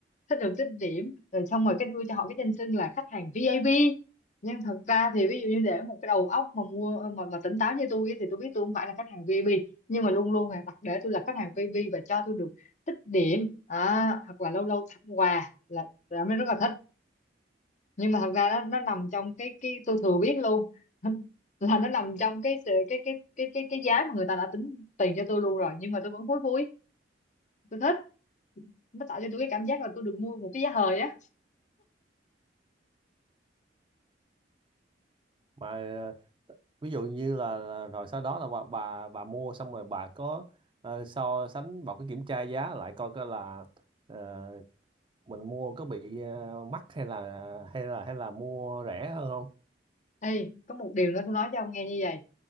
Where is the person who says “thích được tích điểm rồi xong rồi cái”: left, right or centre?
Left